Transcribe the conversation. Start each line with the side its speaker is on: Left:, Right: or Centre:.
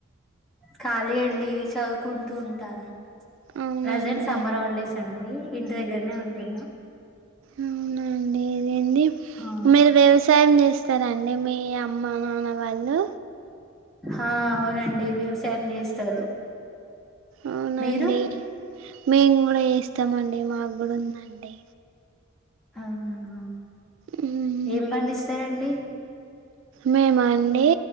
Centre: ఖాళీ అండి చదువుకుంటూ ఉంటాను
Right: అవునండి
Centre: ప్రజెంట్ సమ్మర్ హాలిడేస్ అండి ఇంటి దగ్గర్నే ఉంటున్నా
Right: అవునాండి ఇదేంది
Centre: ఆ
Right: మీరు వ్యవసాయం చేస్తారండి మీ అమ్మ నాన్న వాళ్ళు
Centre: ఆ అవునండి వ్యవసాయం చేస్తారు
Right: అవునండి
Centre: మీరు
Right: మేము కూడా ఏస్తామండి మాకూడా ఉందండి
Centre: అవునా
Right: ఊ
Centre: ఏం పండిస్తారండి
Right: మేమండి